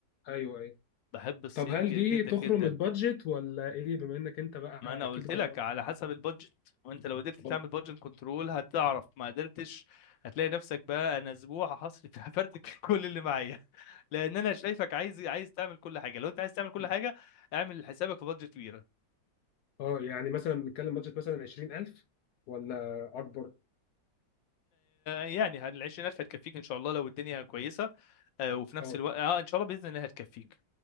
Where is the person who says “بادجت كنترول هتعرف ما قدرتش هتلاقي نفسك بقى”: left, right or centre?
Left